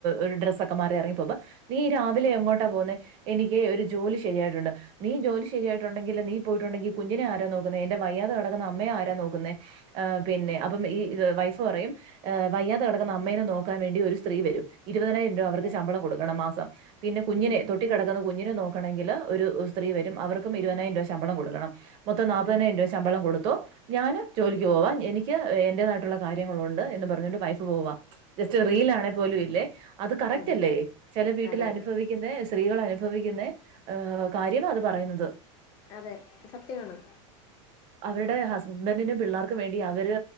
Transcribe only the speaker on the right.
ഒരു ഡ്രസൊ ക്കെമാറി എറങ്ങിപ്പോകുമ്പൊ നീ ഈ രാവിലെ എങ്ങോട്ടാ പോന്നേ എനിക്ക് ഒരു ജോലി ശരിയായിട്ടുണ്ട്. നീ ജോലി ശരിയായിട്ടുണ്ടെങ്കില് നീ പോയിട്ടുണ്ടെങ്കി കുഞ്ഞിനെ ആരാ നോക്കുന്നെ എന്റെ വയ്യാതെ കിടക്കുന്ന അമ്മയെ ആരാ നോക്കുന്നെ. ആഹ് പിന്നെ അപ്പം ഈ വൈഫ് പറയും. ഏഹ് വയ്യാതെ കിടക്കുന്ന അമ്മേനെ നോക്കാൻ വേണ്ടി ഒരു സ്ത്രീ വരും. ഇരുപതിനായിരം രൂപ അവർക്ക്
ശമ്പളം കൊടുക്കണം മാസം പിന്നെ കുഞ്ഞിനെ
തൊട്ടി കെടക്ക്ന്ന കുഞ്ഞിനെ നോക്കണെങ്കില് ഒരു സ്ത്രീ വരും അവർക്കും ഇരു പൈനായിരം രൂപ ശമ്പളം കൊടുക്കണം മൊത്തം നാൽപ്പതിനായിരം
രൂപ ശമ്പളം കൊടുത്തോ. ഞാന് ജോലിക്ക് പോവാ എനിക്ക് എൻ്റെതായിട്ടുള്ള കാര്യങ്ങളുണ്ട് എന്നും പറഞ്ഞിട്ട് വൈഫ് പോവാ ജസ്റ്റ്
റീൽ ആണെ പോലും ഇല്ലേ അത് കറക്റ്റ്
അല്ലേ ചെല വീട്ടില്
അനുഫവിക്ക്
ക്ക്ന്നെ സ്ത്രീകള് അനുഭവിക്കുന്നെ കാര്യമാ അത് പറയുന്നത്.
അവരുടെ ഹസ്ബൻറ്റിനും പിള്ളേർക്കും വേണ്ടി അവര്